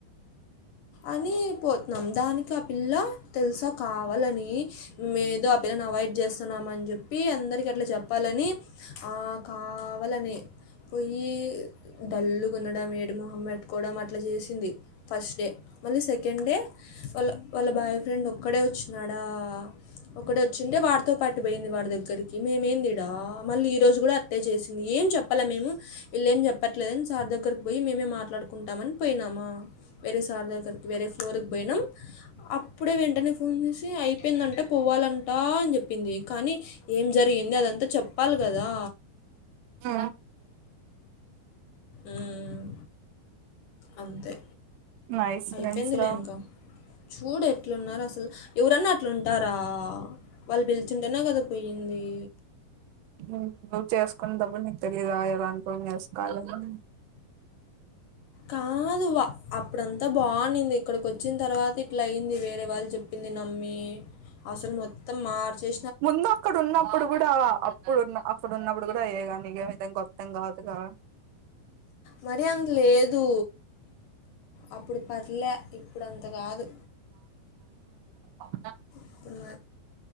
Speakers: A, on the left; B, on the right.
A: అని పోతున్నాం దానిక్ ఆ పిల్ల తెల్సా కావాలని మేదో ఆ పిల్ల అవాయిడ్ చేస్తున్నాం మన్ జెప్పి అందర్కి అట్ల చెప్పాలని ఆ కావాలనే పోయి డల్లు గుండడం ఏడుప్ మొహం పెట్టుకోవడం అట్ల చేసింది ఫస్ట్ డే మళ్ళీ సెకండే వాళ్ళ వాళ్ళ బాయ్ ఫ్రెండ్ ఒక్కడే వచ్చినాడా ఒక్కడే వచ్చింటే వాడితో పాటు పోయింది వాడి దగ్గర్కి మేమేందీడా ఆ మళ్ళీ ఈ రోజు గుడా అట్టే చేసింది ఏం చెప్పలే మేము విళ్లేం చెప్పట్లేదన్ సార్ దగ్గర్క్ పోయి మేమే మాట్లాడ్ కుంటామన్ పొయినామా వేరే సార్ దగ్గర్క్ వేరే ఫ్లోర్ పోయినం అప్పుడే వెంటనే ఫోన్ చేసి అయిపోయిందంట పోవాలంటా అన్ చెప్పింది కానీ ఏం జరిగింది అదంతా చెప్పాల్గ కదా
B: ఆ
A: మ్ అంతే
B: నైస్
A: అయిపోయిందిలే
B: ఫ్రెండ్స్రా
A: ఇంకా చూడు ఎట్లున్నారో అసల్ ఎవరన్నా అట్లుంటారా..... వాళ్ పిల్చుంటేనే కదా పోయిందీ.
B: నువ్ చేసుకున్ తపుడ్ నీక్ తెలీదా ఎలా అన్కోన్ చేస్కోవాలని
A: కాదు వ అప్పుడంతా బాగునింది ఇక్కడ్కొచ్చిన్ తర్వాత ఇట్ల అయింది వేరే వాళ్ళు చెప్ ప్పింది నమ్మీ అసల్ మొత్తం మార్చే
B: ముందు అక్కడ ఉన్నప్పుడు కూడా అప్పుడున్న అక్కడ ఉన్నప్పుడు కూడా అయ్యేగానీ ఏ విధం గొత్తెం కాదు కదా
A: మరి అంత లేదు అప్పుడు పర్లే ఇప్పుడు అంత కాదు
B: అవ్న
A: ఇప్పుడు